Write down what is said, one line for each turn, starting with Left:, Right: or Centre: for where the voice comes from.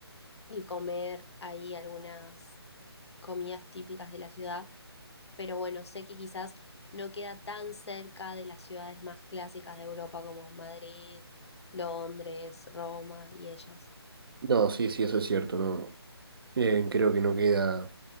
Left: y comer ahí algunas comidas típicas de la ciudad. Pero bueno, sé que quizás no queda tan cerca de las ciudades más clásicas de Europa como Madrid, Londres, Roma y ellas.
Right: No, sí, sí, eso es cierto, no. Eh, creo que no queda